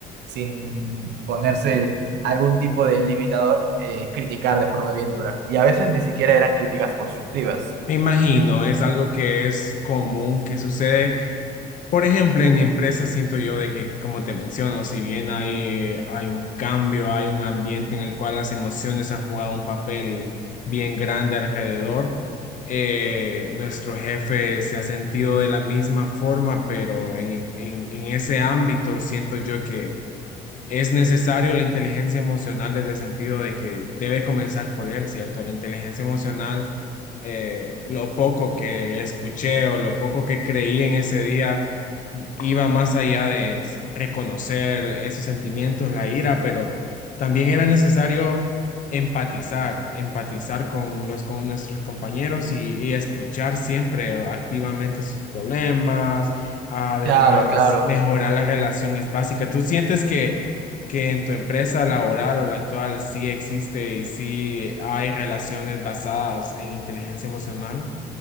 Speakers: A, on the right (about 80°); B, on the left (about 50°).
A: sin ponerse algún tipo de limitador, eh, criticar de forma bien dura. Y a veces ni siquiera eran críticas constructivas.
B: Me imagino, es algo que es común, que sucede. Por ejemplo, en mi empresa siento yo de que, como te menciono, si bien hay, hay un cambio, hay un ambiente en el cual las emociones han jugado un papel bien grande alrededor, eh, nuestro jefe se ha sentido de la misma forma, pero en, en en ese ámbito siento yo que es necesario la inteligencia emocional desde el sentido de que debe comenzar por él, ¿cierto? La inteligencia emocional, eh, lo poco que escuché o lo poco que creí en ese día, iba más allá de s- reconocer esos sentimientos, la ira, pero también era necesario empatizar, empatizar con, los, con nuestros compañeros y, y escuchar siempre activamente sus problemas, además
A: Claro, claro.
B: mejorar la relación es básica. ¿Tú sientes que que en tu empresa laboral o la actual sí existe y sí hay relaciones basadas en inteligencia emocional?